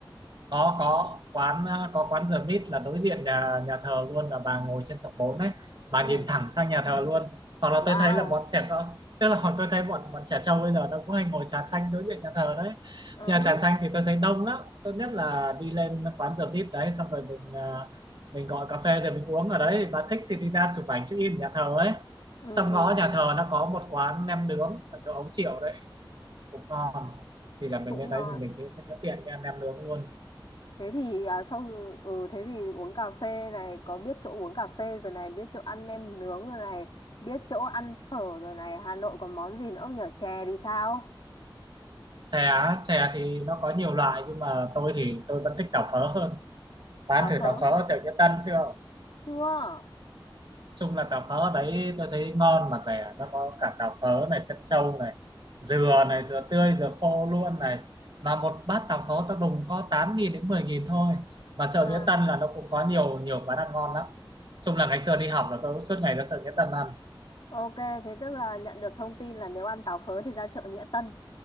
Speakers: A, on the right; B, on the left.
A: có có quán ờ, có quán The Meat là đối diện nhà nhà thờ luôn là bà ngồi trên tầng 4 ấy bà
B: Ừ,
A: nhìn thẳng sang nhà thờ luôn hoặc là
B: wow.
A: tôi thấy là bọn trẻ con tức là hồi tôi thấy bọn bọn trẻ trâu bây giờ nó cũng hay ngồi trà xanh đối diện nhà thờ đấy
B: Ừ,
A: nhà
B: hứ.
A: trà xanh thì tôi thấy đông lắm tốt nhất là đi lên quán The Meat đấy xong rồi mình ờ, mình gọi cà phê rồi mình uống ở đấy bà thích thì đi ra chụp ảnh check in nhà thờ ấy
B: ừ,
A: trong
B: ừ,
A: ngõ
B: ừ.
A: nhà thờ nó có một quán nem nướng ở chỗ Ấu Triệu đấy cũng ngon thì là mình
B: Cũng
A: lên đấy
B: ngon.
A: thì mình sẽ, sẽ tiện cái ăn nem nướng luôn
B: Thế thì à, sau khi- ừ thế thì uống cà phê này có biết chỗ uống cà phê rồi này, biết chỗ ăn nem nướng rồi này, biết chỗ ăn phở rồi này, Hà Nội còn món gì nữa không nhờ chè thì sao?
A: chè á, chè thì nó có nhiều loại nhưng mà tôi thì tôi vẫn thích tàu phớ hơn bán
B: Táo
A: thử
B: phớ.
A: tàu phớ ở chợ Nghĩa Tân chưa
B: Chưa.
A: chung là tàu phớ ở đấy tôi thấy ngon mà rẻ nó có cả tàu phớ này chân trâu này dừa này dừa tươi dừa khô luôn này mà một bát tàu phớ tao đùng có tám nghìn đến mười nghìn thôi mà chợ
B: À.
A: Nghĩa Tân là nó cũng có nhiều nhiều quán ăn ngon lắm chung là ngày xưa đi học là tôi cũng suốt ngày ra chợ Nghĩa Tân ăn
B: Ok, thế tức là nhận được thông tin là nếu ăn táo phớ thì ra chợ Nghĩa Tân.